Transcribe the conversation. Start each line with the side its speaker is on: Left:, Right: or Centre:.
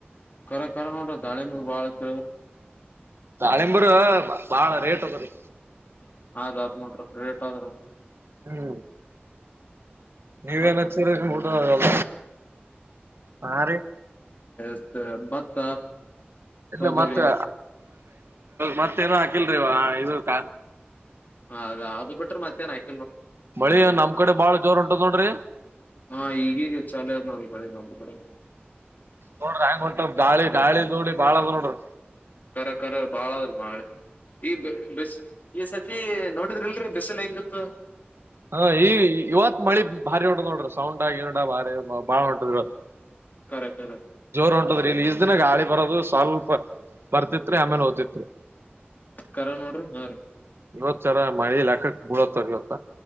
Left: ಕರ ಕರ ನೋಡ್ರ ದಾಳಿ ನೂರು ಬಾಳ್ಕ.
Right: ದಾಳಿಂಬರ ಬಾಳ ರೇಟ್ ಅದ ರೀ.
Left: <unintelligible>
Right: ಹ್ಮ. ನೀವೇನ
Left: ಮತ್
Right: ಹತ್ತೀರ ಮೂಟ ಆಲ್ಲ ನಾರಿ.
Left: ತ್ತ ಭತ್ತ.
Right: ಇಲ್ಲ
Left: ತೊಗರಿ
Right: ಮತ್ತೆ ಮತ್ತೇನು ಹಾಕಿಲ್ರಿೀ ಇದಕ.
Left: ಹದ ಅದು ಬಿಟ್ರ ಮತ್ತೇನ್ ಹಾಕ್
Right: ಮಳಿ ಏನ ನಮ ಕಡೆ ಬಾಳ ಜೋರ್ ಹೊಂಟದ ನೋಡ್ರಿ.
Left: ಹಾ ಈಗೀಗ ಚಾಲೋ ಐತಿ ನೋಡ್ರಿ ನಮ್ ಕಡೆ.
Right: ನೋಡ್ರಿ ಹ್ಯಾಂಗ್ ಹೊಂಟದ್ ಗಾಳಿ ಗಾಳಿ ದುಡಿ ಬಾಳ ಅದ ನೋಡ್ರಿ.
Left: ಕರ ಕರ ಬಾಳದ್ರರು ಬಾಳೆ. ಈ ಬಸ್ ಈ ಸತಿ ನೋಡಿದ್ರಿಲ್ರರಿ ಬಿಸ್ಲ್ ಹೆಂಗಿತ್ತ.
Right: ಹಾ ಈ ಇವತ್ ಮಳಿ ಭಾರಿ ಹೊಂಟದ್ ನೋಡ್ರಿ ಸೌಂಡ ಏನಡ ಭಾರಿ ಬಾಳ ಹೊಂಟದ್ ಇವತ್.
Left: ಕರೆ ಕರೆ.
Right: ಜೋರ್ ಹೊಂಟದ್ರಿ ಇಲ್ಲಿ ಇಷ್ಟ್ ದಿನ ಗಾಳಿ ಬರೋದು ಸ್ವಲ್ಪ ಬರ್ತಿತ್ರಿ ಆಮೇಲೆ ಹೊತ್ತಿತ್ರಿ.
Left: ಕರೆ ನೋಡ್ರಿ ಹಾ ರಿ.
Right: ಇತ್ಸರ ಮಳಿ ಹಾಕಕ್ ಮೂಳತ್ ಇವತ್ತ.